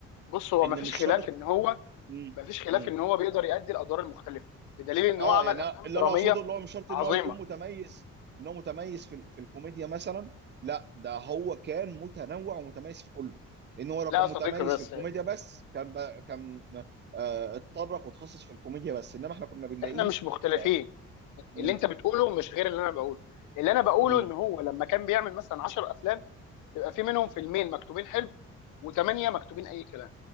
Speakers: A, on the left (about 80°); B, on the right (about 35°).
A: بص هو
B: إن
A: مفيش
B: مش
A: خلاف
B: شرط
A: ان هو
B: مم.
A: مفيش خلاف
B: مم.
A: ان هو بيقدر يأدي الادوار المختلفه بدليل ان
B: اه
A: هو عمل
B: يعني
A: افلام
B: أنا- اللي
A: دراميه
B: انا اقصده اللي هو مش شرط
A: عظيمه
B: ان هو يكون متميز ان هو متميز في ال- في الكوميديا مثلا لا ده هو كان متنوع ومتميز في كله لان هو لو
A: لا
B: كان
A: يا صديقي
B: متميز
A: بس
B: في الكوميديا بس كان بقى كان آه اتطرق وتخصص في الكوميديا بس انما احنا كنا بنلاقيه
A: احنا مش مختلفين
B: آه مم،
A: اللي انت بتقوله مش غير اللي انا بقوله اللي انا بقوله
B: مم،
A: ان هو لما كان بيعمل مثلا 10 افلام يبقى في منهم فيلمين مكتوبين حلو وثمانيه مكتوبين اي كلام